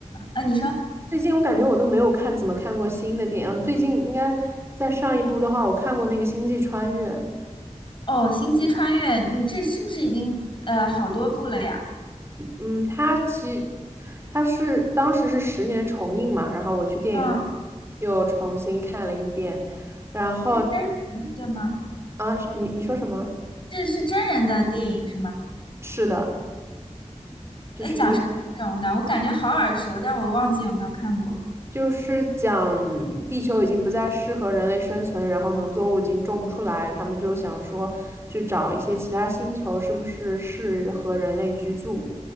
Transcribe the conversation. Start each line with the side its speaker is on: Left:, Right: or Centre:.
Left: 啊？你说
Right: 最近我感觉我都没有看怎么看过新的电影，最近应该在上一部的话，我看过那个《星际穿越》，
Left: 哦，《星际穿越》，你这是不是已经呃好多部了呀？
Right: 嗯，它其它是当时是十年重映嘛，然后我去电影院
Left: 啊，
Right: 又重新看了一遍，然后
Left: 是真人对吗？
Right: 啊，你你说什么？
Left: 这是真人的电影是吗？
Right: 是的，就是有。
Left: 哎，讲什么内容的？我感觉好耳熟，但我忘记有没有看过。
Right: 就是讲地球已经不再适合人类生存，然后农作物已经种不出来，他们就想说去找一些其他星球，是不是适合人类居住？